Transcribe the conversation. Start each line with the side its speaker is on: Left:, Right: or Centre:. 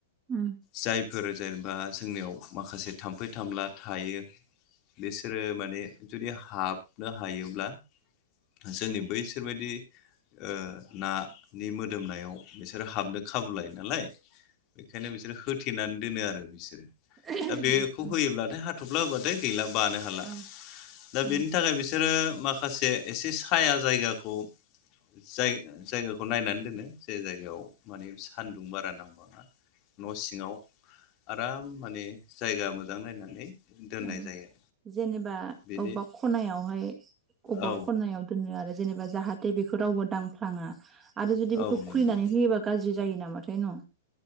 Right: उम
Left: जायफोर जेनेबा जोंनियाव माखासे थाम्फै थामफला थायो बिसोरो माने जुदि हाबनो हायोब्ला जोंनि बैसोरबायदि ओ नानि मोदोमनायाव बिसोरो हाबनो खाबु लायो नालाय बेखायनो बिसोरो होथेनानै दोनो आरो बिसोरो
Right: उम
Left: दा बेखौ
Right: उम
Left: होयोब्लाथाय हाथफ्ला होबाथाय गैला बानो हाला
Right: ओं
Left: दा
Right: औ
Left: बेनि थाखाय बिसोरो मा खासे एसे साया जायगाखौ जाय जायगाखौ नायनानै दोनो जे जायगायाव माने सानदुं बारा नांबाङा न' सिङाव आराम माने जायगा मोजां नायनानै दोननाय
Right: औ
Left: जायो
Right: जेनेबा
Left: बेनि
Right: अबेबा खनायावहाय अबेबा
Left: औ
Right: खनायाव आव दोनो आरो जेनेबा बेखौ रावबो दांफ्लाङा आरो जुदि
Left: औ
Right: बेखौ
Left: नंगौ
Right: खुलिनानै होयोब्ला गाज्रि जायो नामाथाय न'